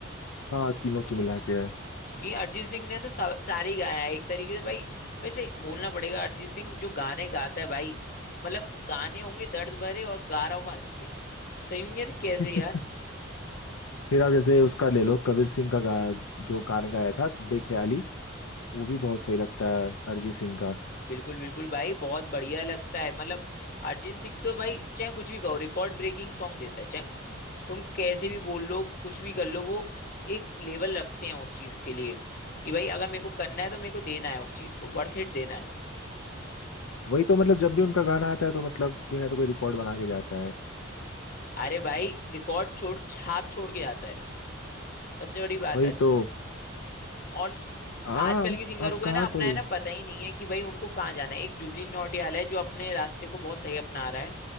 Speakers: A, on the left; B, on the left.
A: हाँ तीनों की मिला के है
B: कि अरिजीत सिंह ने तो सा, सारे ही गाया है एक तरीके से भाई वैसे बोलना पड़ेगा अरिजीत सिंह जो गाने गाता है भाई मतलब गाने होंगे दर्द भरे और गा रहा होगा हंस के सही नहीं है कैसे
A: <laughs>
B: यार
A: फिर आप जैसे उसका ले लो कबीर सिंह का गा, जो गाना गाया था बेख्याली वो भी बहुत सही लगता है अरिजीत सिंह का
B: बिल्कुल बिल्कुल भाई बहुत बढ़िया लगता है मतलब अरिजीत सिंह तो भाई चाहे कुछ भी कहो रिकॉर्ड ब्रेकिंग सॉन्ग देता है चाहे तुम कैसे भी बोल लो कुछ भी कर लो वो एक लेवल रखते हैं उस चीज के लिए कि भाई अगर मेरे को करना है तो मेरे को देना है उस चीज को वर्थ इट देना है
A: वही तो मतलब जब भी उनका गाना आता है तो मतलब कोई ना तो कोई रिकॉर्ड बना के जाता है
B: अरे भाई रिकॉर्ड छोड़ छाप छोड़ के जाता है सबसे बड़ी बात
A: वही
B: है
A: तो
B: और
A: हाँ
B: आजकल की सिंगरों
A: आप
B: को
A: कहाँ
B: है ना अपना
A: कोई
B: है ना पता ही नहीं है कि भाई उनको कहाँ जाना है एक जुबली नौटियाल है जो अपने रास्ते को बहुत सही अपना रहा है